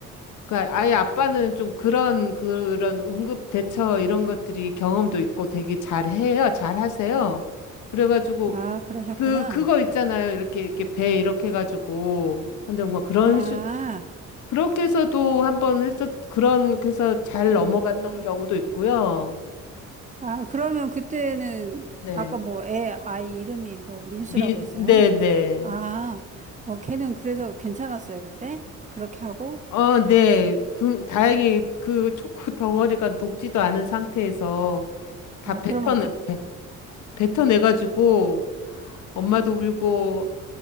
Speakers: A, on the left; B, on the right.
A: 그러니까 아예 아빠는 좀 그런 그런 응급 대처 이런 것들이 경험도 있고 되게 잘해요. 잘하세요. 그래가지고
B: 음아 그러셨구나
A: 그 그거 있잖아요. 이렇게 이렇게 배 이렇게 해가지고 근데 뭐 그런
B: 아
A: 식 그렇게 해서도 한번 했었 그런 해서 잘
B: 음.
A: 넘어갔던 경우도 있고요.
B: 아, 그러면 그때는
A: 네.
B: 아까 뭐 애 아이 이름이 뭐 민수라고
A: 미,
B: 했어요?
A: 네, 네.
B: 아, 뭐 걔는 그래서 괜찮았어요, 그때? 그렇게 하고?
A: 어, 네. 그 다행히 그 초코 덩어리가 녹지도 않은 상태에서 다
B: 아,
A: 뱉어내
B: 그러면 그,
A: 뱉- 뱉어내가지고 엄마도 울고